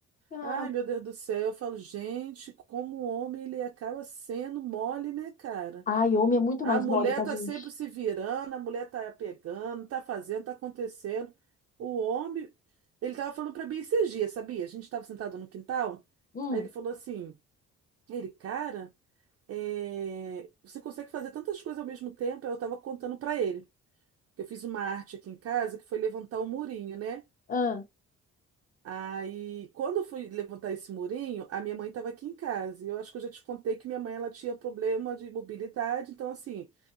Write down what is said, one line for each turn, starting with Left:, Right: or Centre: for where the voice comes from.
Left: Ah,
Right: Ai, meu Deus do céu. Eu falo, gente, como o homem ele acaba sendo mole, né, cara?
Left: ai, homem é muito
Right: A
Left: mais
Right: mulher
Left: mole que a
Right: tá
Left: gente.
Right: sempre se virando, a mulher tá pegando, tá fazendo, tá acontecendo. O homem, ele tava falando pra mim esses dias, sabia? A gente tava sentado no quintal,
Left: Hum,
Right: aí ele falou assim: ele, cara é, você consegue fazer tantas coisas ao mesmo tempo. Eu estava contando para ele que eu fiz uma arte aqui em casa que foi levantar o murinho, né?
Left: ah,
Right: Aí, quando eu fui levantar esse murinho, a minha mãe estava aqui em casa. E eu acho que eu já te contei que minha mãe ela tinha problema de mobilidade, então assim,